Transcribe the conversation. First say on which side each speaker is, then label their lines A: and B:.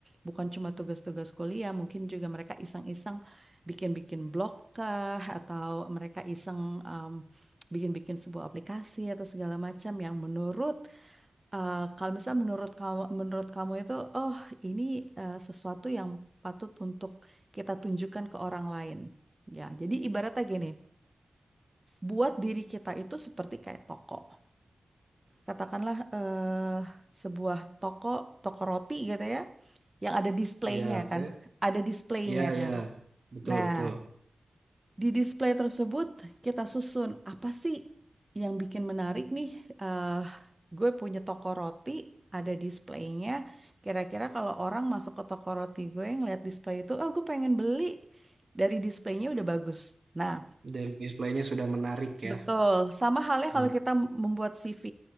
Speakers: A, on the right; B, on the right.
A: Bukan cuma tugas-tugas kuliah, mungkin juga mereka iseng-iseng bikin-bikin blog kah, atau mereka iseng em, bikin-bikin sebuah aplikasi atau segala macam yang menurut eh, kalau misalnya menurut kamu menurut kamu itu oh ini eh, sesuatu yang patut untuk kita tunjukkan ke orang lain. Ya, jadi ibaratnya gini buat diri kita itu seperti kayak toko. Katakanlah eh, sebuah toko, toko roti gitu ya, yang ada displaynya
B: Iya, oke.
A: kan, ada displaynya
B: Iya, iya.
A: kan.
B: Betul,
A: Nah,
B: betul.
A: di display tersebut kita susun apa sih yang bikin menarik nih? eh gue punya toko roti, ada displaynya. Kira-kira kalau orang masuk ke toko roti gue ngeliat display itu, oh gue pengen beli. Dari displaynya udah bagus. Nah,
B: Dari displaynya sudah menarik
A: Betul,
B: ya.
A: sama halnya
B: Hmm.
A: kalau kita membuat CV.